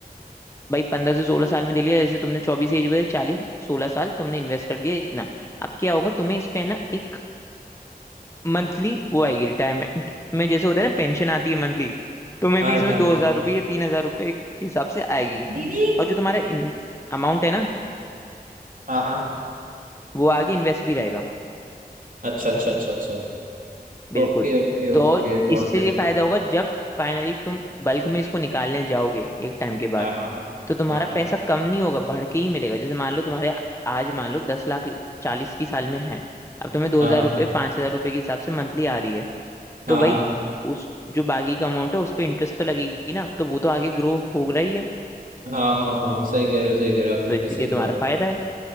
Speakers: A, on the left; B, on the right.
A: भाई पंद्रह से सोलह साल में दे लिया जैसे तुमने चौबीस एज बताई चालीस सोलह साल तुमने इन्वेस्ट कर दिया इतना अब क्या होगा तुम्हें इस पे है ना एक मंथली वो आएगी रिटायरमेंट में जैसे होता है ना पेंशन आती है मंथली तुम्हें
B: हाँ
A: भी इसमें
B: रिटायरमेंट
A: दो हजार रुपये या तीन हजार रुपये के हिसाब से आएगी
B: दीदी
A: और जो तुम्हारा अमाउंट है ना
B: हाँ हाँ
A: वो आगे इन्वेस्ट भी रहेगा
B: अच्छा अच्छा अच्छा अच्छा
A: बिल्कुल
B: Okay okay
A: तो
B: okay got
A: इससे
B: it
A: ये फायदा होगा जब फाइनली तुम बल्क में इसको निकालने जाओगे एक टाइम के बाद
B: हाँ हाँ
A: तो तुम्हारा
B: हाँ हाँ
A: पैसा कम नहीं होगा बढ़ के ही मिलेगा जैसे मान लो तुम्हारे आज मान लो दस लाख चालीस की साल में है अब तुम्हें दो
B: हाँ
A: हजार
B: हाँ
A: रुपये पाँच हजार रुपये के हिसाब से मंथली आ रही है
B: हाँ
A: तो भाई
B: हाँ
A: उस जो बाकी का अमाउंट है उस पर इंटरेस्ट तो लगेगी ना तो वो तो आगे ग्रो हो रही है
B: हाँ हाँ हाँ सही कह रहे हो सही कह रहे हो आप बिल्कुल
A: तो इसलिए
B: सही
A: तुम्हारा
B: कह रहे हो
A: फायदा है